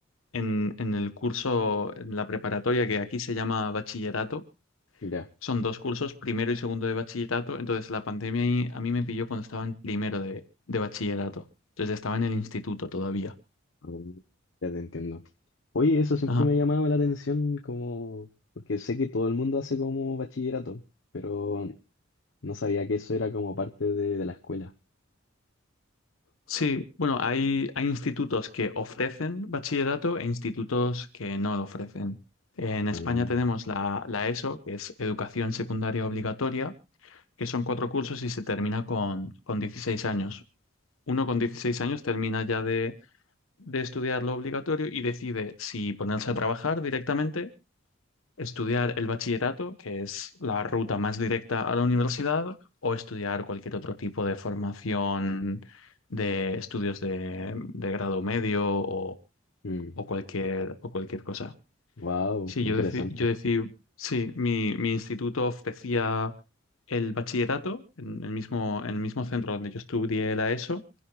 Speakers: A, on the left (about 85°); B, on the left (about 70°).
A: en, en el curso, en la preparatoria que aquí se llama bachillerato,
B: Ya,
A: son dos cursos, primero y segundo de bachillerato, entonces la pandemia ahí a mí me pilló cuando estaba en primero de, de bachillerato, entonces estaba en el instituto todavía.
B: ah, ya te entiendo. Oye, eso siempre
A: Ajá.
B: me ha llamado la atención como, porque sé que todo el mundo hace como bachillerato, pero no sabía que eso era como parte de, de la escuela.
A: Sí, bueno, hay, hay institutos que ofrecen bachillerato e institutos que no lo ofrecen. En España
B: Ah, ah,
A: tenemos la, la ESO, que es Educación Secundaria Obligatoria que son cuatro cursos y se termina con, con 16 años. Uno con 16 años termina ya de, de estudiar lo obligatorio y decide si ponerse a trabajar directamente, estudiar el bachillerato, que es la ruta más directa a la universidad, o estudiar cualquier otro tipo de formación de estudios de, de grado medio o,
B: mm,
A: o cualquier, o cualquier cosa.
B: wow,
A: Sí,
B: interesante.
A: yo decí, yo decí, sí, mi, mi instituto ofrecía el bachillerato en el mismo, en el mismo centro donde yo estudié la ESO,